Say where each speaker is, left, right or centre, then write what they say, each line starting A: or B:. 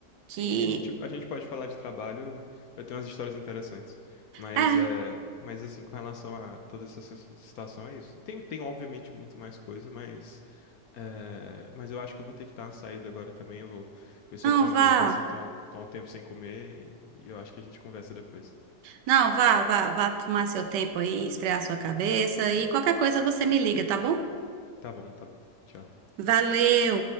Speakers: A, on the right; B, on the left.
A: Que,
B: Sim, sim, a gente, a gente pode falar de trabalho, eu tenho umas histórias interessantes. Mas,
A: é,
B: é, mas assim, com relação a toda essa si- situação, é isso. Tem, tem obviamente muito mais coisa, mas, é, mas eu acho que eu vou ter que dar uma saída agora também. Eu vou ver se
A: não,
B: eu como
A: vá.
B: alguma coisa, eu tô, tô um tempo sem comer e, e eu acho que a gente conversa depois.
A: Não, vá, vá, vá tomar seu tempo aí, esfriar sua cabeça e qualquer coisa você me liga, tá bom?
B: Tá bom, tá bom. Tchau.
A: Valeu!